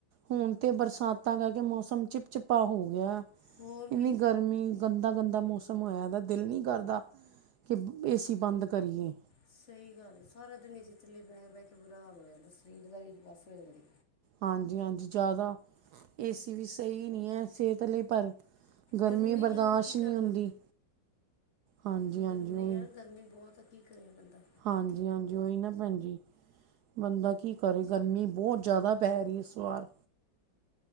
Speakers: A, on the right; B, on the left.
A: ਹੁਣ ਤੇ ਬਰਸਾਤਾਂ ਕਹਿ ਕੇ ਮੌਸਮ ਚਿਪ ਚਿਪਾ ਹੋ ਗਿਆ
B: ਹੋਰ
A: ਇੰਨੀ
B: ਕੀ
A: ਗਰਮੀ ਗੰਦਾ-ਗੰਦਾ ਮੌਸਮ ਹੋਇਆ ਦਾ, ਦਿਲ ਨ੍ਹੀਂ ਕਰਦਾ ਕਿ ਏ ਸੀ ਬੰਦ ਕਰੀਏ।
B: ਸਹੀ ਗੱਲ। ਸਾਰਾ ਦਿਨ ਅ ਏਸੀ ਥੱਲੇ ਬਹਿ ਕੇ, ਬਹਿ ਕੇ ਬੁਰਾ ਹਾਲ ਹੋ ਜਾਂਦਾ। ਸਰੀਰ ਦਾ ਵੀ ਬੱਸ ਹੋ ਜਾਂਦੀ।
A: ਹਾਂਜੀ ਹਾਂਜੀ, ਜ਼ਿਆਦਾ ਏਸੀ ਵੀ ਸਹੀ ਨਹੀਂ ਏ ਸਿਹਤ ਲਈ ਪਰ ਗਰਮੀ
B: ਜ਼ਰੂਰੀ
A: ਬਰਦਾਸ਼ਤ
B: ਹੈ ਹੁਣ ਕੀ ਕਰਨਾ?
A: ਨਹੀਂ ਹੁੰਦੀ ਹਾਂਜੀ
B: ਹੁਣ
A: ਹਾਂਜੀ
B: ਜ਼ਰੂਰੀ
A: ਉਹੀ
B: ਆ ਗਰਮੀ ਬਹੁਤ ਕੀ ਕਰੇ ਬੰਦਾ
A: ਹਾਂਜੀ ਹਾਂਜੀ, ਓਹੀ ਨਾ ਭੈਣ ਜੀ। ਬੰਦਾ ਕੀ ਕਰੇ ਗਰਮੀ ਬਹੁਤ ਜ਼ਿਆਦਾ ਪੈ ਰਹੀ ਇਸ ਵਾਰ।